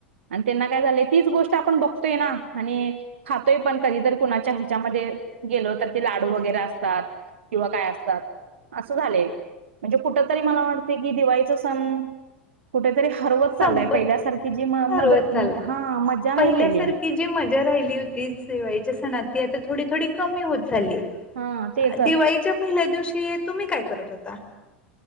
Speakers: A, on the right; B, on the left.
A: आणि त्यांना काय झालंय तीच गोष्ट आपण बघतोय ना आणि खातोय पण कधीतर कुणाच्या ह्याच्यामध्ये गेल तर ते लाडू वगैरे असतात किंवा काय असतात असं झालेल म्हणजे कुठ? कठ तरी मला वाटते की दिवाळीचा सण कुठेतरी हरवत
B: संपत
A: चाललंय पहिल्यासारखी जी म
B: हा रोज चाललाय
A: हा मज्जा
B: पहिल्यासारखी
A: नाही राहिलेली.
B: जी मजा राहिली होती शिवायच्या सणात ती आता थोडी थोडी कमी होत झाली.
A: हा तेच
B: दिवाळीच्या पहिल्या दिवशी तुम्ही काय करत होता.